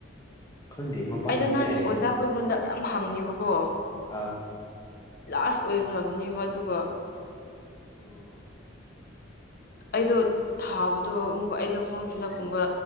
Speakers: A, on the left; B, on the left.
A: ꯈꯪꯗꯦ ꯃꯄꯥꯟꯗꯗꯤ
B: ꯑꯩꯗꯣ ꯅꯍꯥꯟ
A: ꯌꯥꯏꯌꯦ
B: ꯑꯣꯖꯥꯈꯣꯏꯉꯣꯟꯗ
A: ꯑꯗꯨꯝ
B: ꯌꯥꯝ ꯍꯪꯉꯦꯕꯀꯣ
A: ꯑꯥ
B: ꯂꯥꯁ ꯑꯣꯏꯈ꯭ꯔꯕꯅꯦꯕ ꯑꯗꯨꯒ
A: ꯑꯣ
B: ꯑꯩꯗꯣ ꯊꯥꯕꯗꯣ ꯑꯃꯨꯛ ꯑꯩꯗꯣ ꯐꯣꯔꯝ ꯐꯤꯜ ꯀꯨꯝꯕ